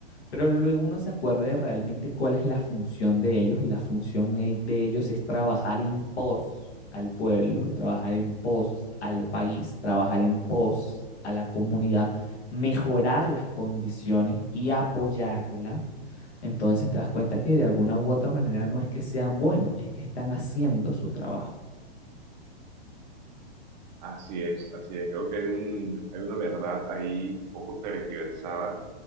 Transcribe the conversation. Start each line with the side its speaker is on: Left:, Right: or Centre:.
Left: Pero luego uno se acuerda de realmente cuál es la función de ellos y la función e- de ellos es trabajar en pos al pueblo, trabajar en pos al país, trabajar en pos a la comunidad, mejorar las condiciones y apoyarla. Entonces te das cuenta que de alguna u otra manera no es que sean buenos, es que están haciendo su trabajo.
Right: Así es, así es. Creo que hay un, hay una verdad ahí un poco tergiversada